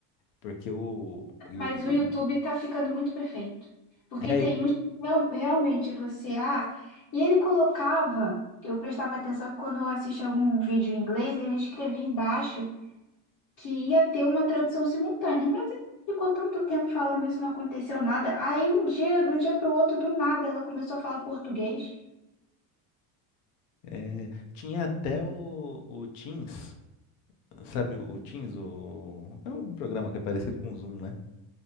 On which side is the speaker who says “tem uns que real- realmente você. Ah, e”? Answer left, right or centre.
Left